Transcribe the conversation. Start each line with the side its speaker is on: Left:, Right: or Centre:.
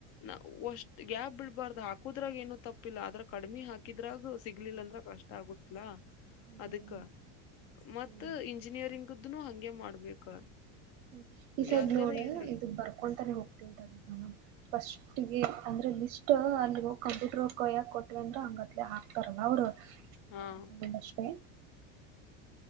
Left: ನ ವಷ್ಟ್ ಗ್ಯಾಪ್ ಬಿಡ್ಬಾರ್ದ ಹಾಕುದ್ರಾಗ ಏನು ತಪ್ಪಿಲ್ಲ ಆದದ್ರ ಕಡಿಮೆ ಹಾಕಿದ್ರಾಗ ಸಿಗ್ಲಿಲ್ಲ ಅಂದ್ರ ಕಷ್ಟ ಆಗ್ ಗೊತ್ತಲಾ <unintelligible>
Right: ಹ್ಮ್
Left: ಅದಕ್ಕ ಮತ್ತ
Right: ಹ್ಮ್
Left: ಇಂಜಿನಿಯರಿಂಗ್ದನು ಹಂಗೆ ಮಾಡ್ಬೇಕ
Right: ಹ್ಮ ಈ ಸದ್ದ
Left: ಎಲ್ಲಾರ
Right: ನೋಡ
Left: ಇರ್ಲಿ
Right: ಇದು ಬರ್ಕೊಂತಾನೆ ಹೋಗ್ತೇಂತಡ ಫಸ್ಟ್ಗೆ ಅಂದ್ರೆ ಲಿಸ್ಟ್ ಅಲ್ಲಿ ಹೋಗಿ ಕಂಪ್ಯೂಟರ್ ಹೋಗ ಯಾಕೆ ಕೊಟ್ಟವಿ ಅಂದ್ರ ಹಂಗತ್ಲೆ ಹಾಕ್ತಾರಲ್ಲ ಅವ್ರು
Left: ಹಾ
Right: ಅದರ ಸಂಬಂಧ ಅಷ್ಟೇ